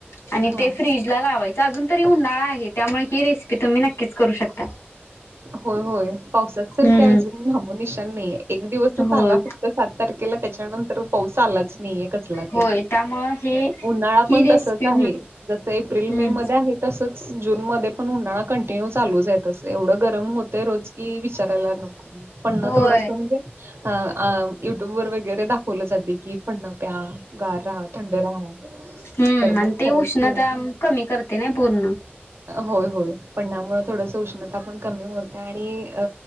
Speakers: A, on the left (about 85°); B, on the right (about 75°).
A: आणि
B: हा
A: ते फ्रीज लावायच अजून तरी उन्हाळा आहे त्यामुळे ही रेसिपी ते तुम्ही नक्की च करू शकता
B: होय होय पावसाच तरारखे
A: हम्म
B: अजून नामोनिशान नाही एक दिवस चाला
A: होय
B: फक्त सात तारखेला त्याच्यानंतर पाऊस आलाच नाहीये कसला
A: होय
B: ते
A: त्यामुळ हे
B: उन्हाळा
A: ही
B: पण तसच
A: रेसिपी
B: आहे जस एप्रिल मे
A: हम्
B: मध्ये आहे तसच जूनमध्येध्ये पण उन्हाळा कंटिन्यू चालूच आहे अससं एवढं गरम होत रोज कि विचारायला नको पणण
A: होय
B: थोडस म्हणजे ह युट्यूब वर वगैरे दाखवलं जाते की पण न प्या गार राहा थंड राहा
A: हम्म
B: तर
A: आणि
B: मग
A: ते
B: खरंच
A: उष्णता कमी करते नाही पूर्ण
B: होय होय पणण्यामु थोडसं उष्णता पण कमी होते आणि अ